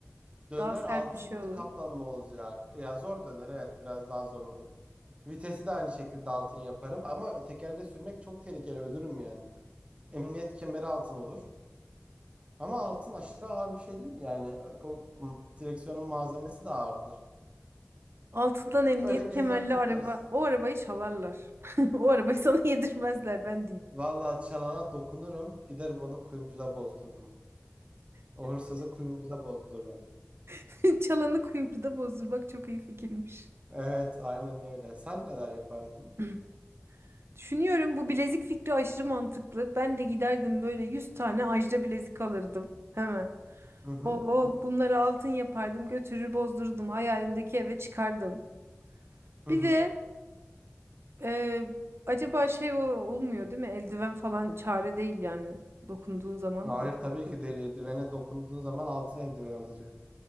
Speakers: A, on the right (about 25°); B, on the right (about 60°).
A: Döner
B: Daha sert
A: altın
B: bir şey
A: t-
B: olur.
A: kaplama olacak. E, Ya zor döner evet biraz daha zor olur. Vitesi de aynı şekilde altın yaparım ama tekerle sürmek çok tehlikeli ölürüm yani. Emniyet kemeri altın olur. Ama altın aşırı ağır bir şey değil yani. O- o direksiyonun malzemesi de ağırdır.
B: Altından emniyet
A: Böyle gezer
B: kemerli
A: taklarız.
B: araba. O arabayı çalarlar. <laughs> O arabayı sana yedirmezler ben diyeyim.
A: Vallahi çalana dokunurum. Giderim onu kuyumcuda bozdururum. O hırsızı kuyumcuda bozdururum.
B: <laughs> Çalanı kuyumcuda bozdurmak çok iyi fikirmiş.
A: Evet, aynen öyle. Sen neler yapardın?
B: <clears throat> Düşünüyorum bu bilezik fikri aşırı mantıklı. Ben de giderdim böyle 100 tane ajda bilezik alırdım hemen.
A: Hı hı.
B: Oo,
A: Hı
B: bunları altın yapardım, götürür bozdururdum hayalimdeki eve çıkardım.
A: hı.
B: Bir
A: hı.
B: de e, acaba şey o- olmuyor değil mi? Eldiven falan çare değil yani dokunduğun zaman.
A: Hayır
B: Dokun.
A: tabii ki değil. Eldivene dokunduğun zaman altın eldiven olacak.